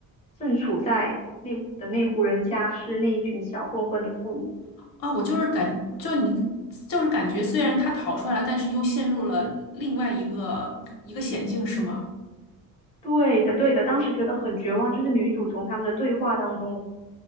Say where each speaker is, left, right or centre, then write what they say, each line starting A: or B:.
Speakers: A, on the left; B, on the left.
A: 正处在那的那户人家是那一群小混混的父母。
B: 啊，我就是感就你就是感觉，虽然她逃出来了，但是又陷入了另外一个一个险境，是吗？
A: 对的，对的，当时觉得很绝望，就是女主从他们的对话当中